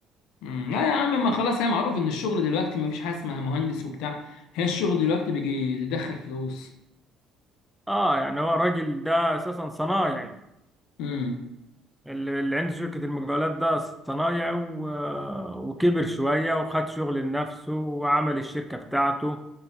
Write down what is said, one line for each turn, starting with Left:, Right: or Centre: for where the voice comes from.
Left: امم لا يا عم ما خلاص هي معروف ان الشغل دلوقتي ما فيش حاجه اسمها مهندس وبتاع هي الشغل دلوقتي بيجي اللي يدخل فلوس
Centre: اه يعني هو الراجل ده اساسا صنايعي
Left: امم
Centre: اللي اللي عنده شركة المقاولات ده صنايعي و- آه، وكبر شوية وخد شغل لنفسه وعمل الشركة بتاعته